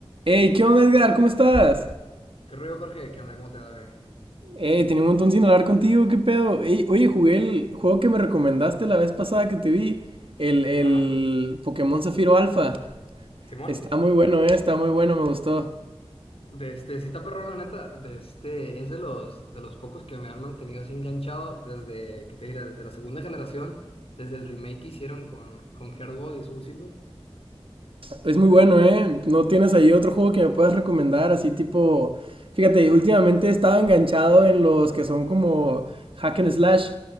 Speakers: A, on the right; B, on the left.
A: Hey, ¿qué onda, Edgar? ¿Cómo estás?
B: ¿Qué rollo, Jorge? ¿Qué onda? ¿Cómo te va, güey?
A: Hey, tenía un montón sin hablar contigo, ¿qué pedo? Ey, oye, jugué el juego que me recomendaste la vez pasada que te vi, el, el
B: Ajá.
A: Pokémon Zafiro Alpha.
B: Simón,
A: Está muy bueno, eh, está muy bueno, me gustó.
B: de este, sí está perrón, la neta, de este, es de los, de los pocos que me han mantenido así enganchado desde, ¿qué te diré? Desde la segunda generación, desde el remake que hicieron con, con Heart Gold y Soul Silver.
A: Es muy bueno, ¿eh? ¿No tienes ahí otro juego que me puedas recomendar? Así tipo... Fíjate, últimamente he estado enganchado en los que son como hack and slash.